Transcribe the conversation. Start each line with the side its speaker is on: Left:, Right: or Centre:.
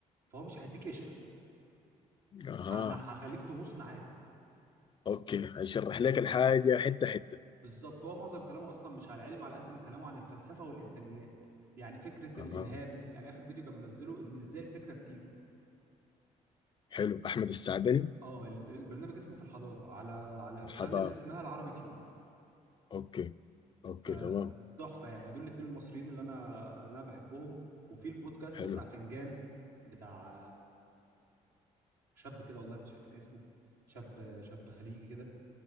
Right: فهو مش هيديك قشره
Left: اها
Right: انا هخليك تغوص معايا
Left: اوكي هشرح
Right: فاهم
Left: لك الحاجه حته حته
Right: بالظبط هو معظم كلامه اصلا مش على العلم على قد ما كلامه عن الفلسفه والانسانيات يعني فكره
Left: اها
Right: الالهام يعني اخر فيديو كان منزله ان ازاي الفكره بتيجي
Left: حلو احمد السعدني
Right: اه الب- البرنامج اسمه في الحضاره على على
Left: الحضاره
Right: تشانل اسمها العربي تيوب
Left: اوكي اوكي
Right: فتحفه
Left: تمام
Right: يعني دول الاتنين المصريين اللي انا اللي انا بحبهم وفي البودكاست
Left: حلو
Right: بتاع فنجان بتاع شاب كده والله مش فاكر اسمه شاب شاب خليجي كده